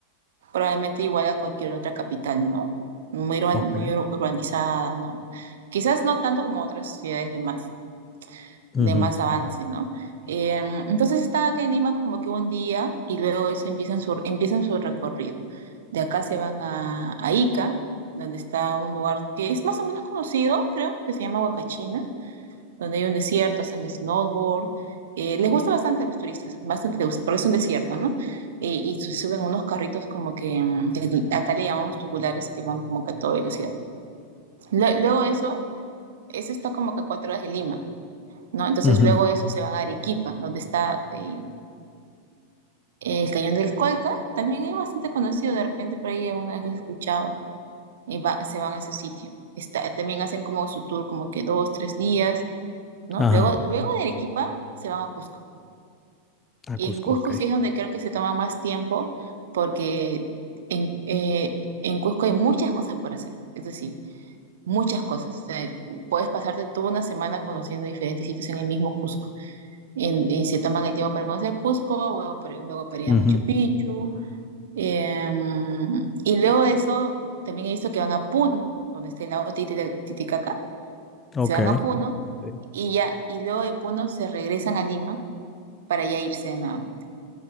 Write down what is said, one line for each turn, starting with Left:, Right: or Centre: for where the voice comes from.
Right: probablemente igual a cualquier otra capital, ¿no? Muy, urba-
Left: Ok.
Right: muy ur- urbanizada, ¿no? Quizás no tanto como otras ciudades de más,
Left: Ujú,
Right: de más avance, ¿no? Em, entonces están acá en Lima como que un día y luego eso empiezan su, empiezan su recorrido. De acá se van a, a Ica, donde está un lugar que es más o menos conocido, creo, que se llama Huacachina donde hay un desierto, hacen snowboard. Eh, les gusta bastante a los turistas, bastante les gusta, porque es un desierto, ¿no? Eh, y se suben unos carritos como que, mm, que acá le llamamos tubulares que van como que a toda velocidad. Lue- luego eso, eso está como que a cuatro horas de Lima, ¿no? Entonces
Left: ujú,
Right: luego eso se van a Arequipa, donde está eh, el Cañón del Colca, también es bastante conocido, de repente por ahí alguna vez lo he escuchado, y va- se van a ese sitio. Está, también hacen como su tour como que dos, tres días, ¿no?
Left: Ajá.
Right: Luego, luego de Arequipa se van a Cusco.
Left: A
Right: Y
Left: Cusco,
Right: en Cusco
Left: ok.
Right: sí es donde creo que se toma más tiempo porque en, eh, en Cusco hay muchas cosas por hacer, eso sí muchas cosas. O sea, puedes pasarte toda una semana conociendo diferentes sitios en el mismo Cusco. En- y se toman el tiempo para conocer Cusco, luego para, luego para ir
Left: Ujú,
Right: a Machu Picchu. em, y luego de eso, también he visto que van a Puno, donde está el lago Titi- Titicaca.
Left: Ok.
Right: Se van a Puno
Left: Sí.
Right: y ya, y luego de Puno se regresan a Lima para ya irse, ¿no?